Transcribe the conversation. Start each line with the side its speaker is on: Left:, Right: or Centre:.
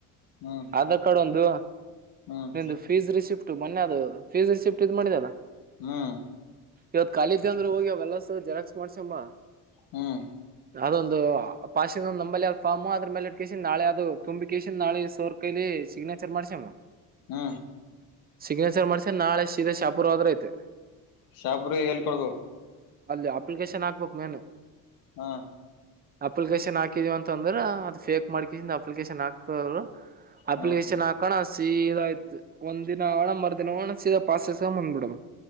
Left: ಹ್ಮ್ ಹ್ಮ್
Right: ಆಧಾರ್ ಕಾರ್ಡ್ ಒಂದು
Left: ಹ್ಮ್
Right: ನಿಮ್ದ ಫೀಸ್ ರಿಸಿಫ್ಟ್ ಮೊನ್ನೆ ಅದು ಫೀಸ್ ರಿಸಿಫ್ಟ್ ಇದು ಮಾಡಿದಲ್ಲ
Left: ಹ್ಮ್
Right: ಇವತ್ ಖಾಲಿಇದ್ದೆ ಅಂದ್ರರು ಹೋಗಿ ಅವೆಲ್ಲಸ ಜೆರಾಕ್ಸ್ ಮಾಡ್ಸಮ್ಮ
Left: ಹ್ಮ್
Right: ಅದೊಂದು ಪಾಸಿದು ನಮ್ಮಲ್ಲ ಫಾರ್ಮು ಅದ್ರ ಮೇಲೆ ಇಟ್ಕಸ ನಾಳೆ ಅದು ತುಂಬಿಕಿಸ್ಕಡ್ ಸರ್ ಕೈಲಿ ಸಿಗ್ನೇಚರ್ ಮಾಡ್ಸ್ಯಮ್
Left: ಹ್ಮ
Right: ಸಿಗ್ನೇಚರ್ ಮಾಡ್ಸ ನಾಳೆ ಸೀದಾ ಶಾಪುರ್ ಹೋದ್ರ ಐತೆ
Left: ಶಾಪುರ್ದಾಗ ಎಲ್ಲಿ ಕೊಡಬೇಕು
Right: ಅಲ್ಲಿ ಅಪ್ಲಿಕೇಶನ್ ಹಾಕಬೇಕು ಮೇಲೆ
Left: ಹಾ
Right: ಅಪ್ಲಿಕೇಶನ್ ಹಾಕಿದೀವ ಅಂತಂದ್ರ ಅದ್ ಫೇಕ್ ಮಾಡ್ಕಸ ಅಪ್ಲಿಕೇಶನ್ ಹಾಕ್ತರು ಅಪ್ಲಿಕೇಶನ್
Left: ಹ್ಮ್
Right: ಹಾಕಣ್ಣ ಸೀದಾ ಆಯ್ತು ಒಂದ್ ದಿನ ಅಣ್ಣ ಮರ್ ದಿನ ಹೋಗೋಣ ಸೀದಾ ಪಾಸಸ ಬಂದ್ ಬಿಡಮ್